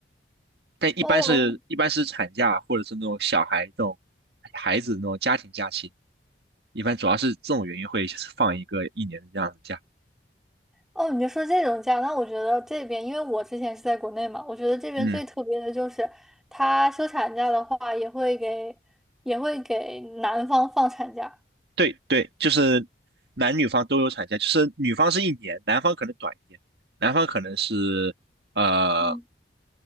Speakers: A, on the right (about 65°); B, in the centre.
A: 但一般是一般是产假或者是那种小孩这种
B: 哦
A: 孩子那种家庭假期，一般主要是这种原因会放一个一年的这样的假。
B: 哦，你就说这种假，那我觉得这边，因为我之前是在国内嘛，我觉得这边最特别的就是，
A: 嗯，
B: 他休产假的话也会给也会给男方放产假。
A: 对对，就是男女方都有产假，就是女方是一年，男方可能短一点，男方可能是呃，
B: 嗯，